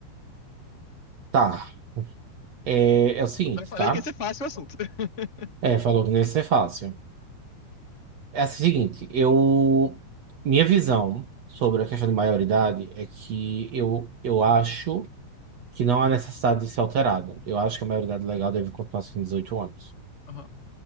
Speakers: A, on the right; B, on the left.
A: Tá. É, é o seguinte,
B: Eu falei
A: tá?
B: que ia ser fácil o assunto. <laughs>
A: É, falou que não ia ser fácil. É o seguinte, eu... Minha visão sobre a questão de maioridade é que eu, eu acho que não há necessidade de ser alterado. Eu acho que a maioridade legal deve continuar sendo 18 anos.
B: Aham.